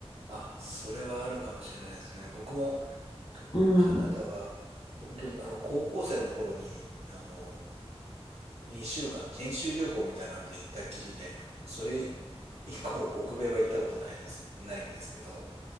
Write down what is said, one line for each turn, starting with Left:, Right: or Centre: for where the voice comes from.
Right: あ、それはあるかもしれないですね。僕も、えっとね、
Left: う。うん。
Right: カナダは、本当にあの、高校生の頃に、あの、2週間研修旅行みたいなので行ったきりで、それ以降北米は行ったことないです、ないんですけど、